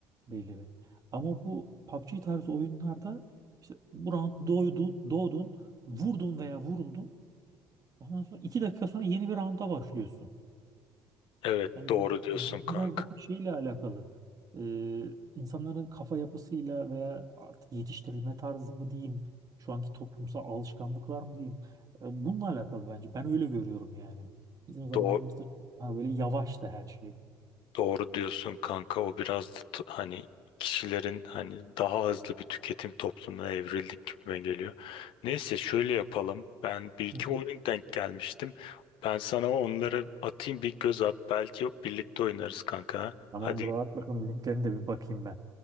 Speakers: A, on the right; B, on the left.
A: belli bir. Ama bu PUBG tarzı oyunlarda işte bu round doydu, doğdun, vurdun veya vuruldun. Ondan sonra iki dakika sonra yeni bir rounda başlıyorsun.
B: Evet
A: Hani
B: doğru
A: bu
B: diyorsun
A: biraz
B: kanka.
A: daha şeyle alakalı. Ee, insanların kafa yapısıyla veya artık yetiştirilme tarzı mı diyeyim, şu anki toplumsal alışkanlıklar mı diyeyim. Ee, bununla alakalı bence. Ben öyle görüyorum yani. Bizim zamanımızda
B: Doğ-
A: çok daha böyle yavaştı her şey.
B: Doğru diyorsun kanka o biraz da t- hani kişilerin hani daha hızlı bir tüketim toplumuna evrildik gibime geliyor. Neyse şöyle yapalım. Ben bir iki
A: Hı.
B: oyun denk gelmiştim. Ben sana onları atayım bir göz at. Belki birlikte oynarız kanka.
A: Tamam
B: Hadi
A: bro at bakalım linklerine de bir bakayım ben.